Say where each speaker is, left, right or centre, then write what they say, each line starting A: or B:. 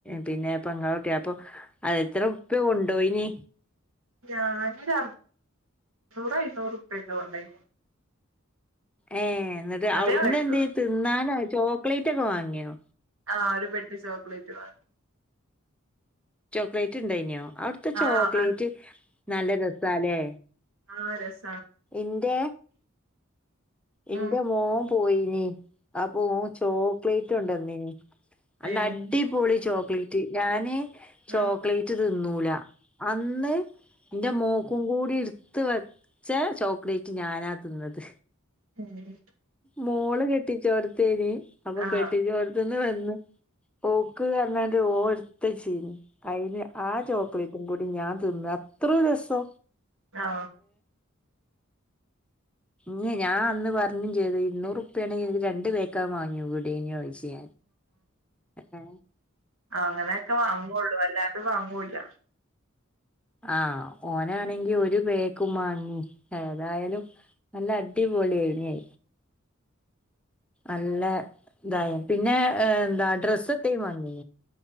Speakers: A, in the centre; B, on the right (about 80°).
A: പിന്നെ അപ്പ ഇങ്ങട്ടെ അപ്പൊ അതെത്ര റുപ്പ്യ കൊണ്ടോയിനി
B: ഞാന് അറ് നൂർ ഇരുനൂറ് റുപ്പ്യ കൊണ്ടോയനി
A: ഏ... എന്നിട്ട്
B: അതേ
A: അവിടുന്ന്
B: ആയിട്ടുള്ളൂ
A: എന്തയ്ത് തിന്നാനായി ചോക്ലേറ്റ്ക്കെ വാങ്ങിയോ
B: ആഹ ഒരു പെട്ടി ചോക്ലേറ്റ് വാങ്ങി
A: ചോക്ലേറ്റ് ഉണ്ടായിനോ അവിടുത്തെ
B: ആ
A: ചോക്ലേറ്റ്
B: ആ
A: നല്ല രസല്ലേ
B: ആ രസ്
A: എന്റെ എന്റെ
B: ഉം
A: മോ പോയിനി അപ്പൊ ചോക്ലേറ്റ് കൊണ്ട് വന്നേനി അല്ല
B: ഏ
A: അടിപൊളി ചോ പ്ലീറ്റി ഞാന് ചോക്ലറ്റ്
B: ഉം
A: തിന്നൂല അന്ന് എന്റെ മോക്കും കൂടി ഇടുത്ത് വെച്ച ചോക്ലേറ്റ് ഞാനാ തിന്നത്
B: ഹഹ <unintelligible>
A: മോള് കെട്ടിിച്ചോർത്തീനി അപ്പൊ
B: ആ ആ
A: കെട്ടിച്ചോർത്ത് നിന്ന് വന്ന് പോക്ക്ുക എന്നന്നന്റെ ഓർത്ത ചീഞ്ഞ <unintelligible> അയിന് ആ ചോ ളിക്കും കൂടി ഞാൻ തിന്ന് അത്ര രസോ
B: ആ
A: ഇന്ന് ഞാൻ അന്ന് പറഞ്ഞ് ചെയ്ത് ഇന്നൂറുപ്പ്യ ആണെങ്കി എനിക്ക് രണ്ടു പേക്കാൻാങ്ങു വിവിട <unintelligible> ശ ആ
B: ആ അങ്ങനെയൊക്കെ വാങ്ങുള്ളു അല്ലാണ്ട് വാങ്ങൂല്ല
A: ആഹ ഓനാണെങ്കി ഒരു പേക്കും വാങ്ങി ഏതായാലും നല്ല അടിപൊളി ആയന്ന് അല്ല ഇതായ പിന്നെ എന്താ അഡ്രസ്സ് തെ വങ്ങി